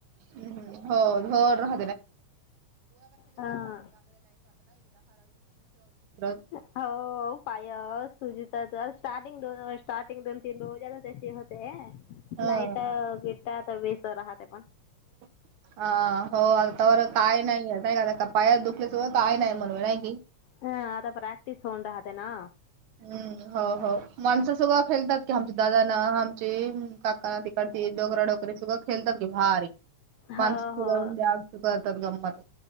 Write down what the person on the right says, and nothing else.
हम्म हो घर राह
<unintelligible>
हं.
<inaudible> आ हो आलता वर काय नाही आहे नाही का आता पाया दुखल्यासो काय नाही म्हणवे नाही की..
हम्म हो हो माणसं सगळं खेळतात की, आमचे दादा ना आमचे काका ना ते. ते डोकरा डोकरी सुद्धा खेळतात की भारी,
माणसं सुदान
जास्त करतात गंमत.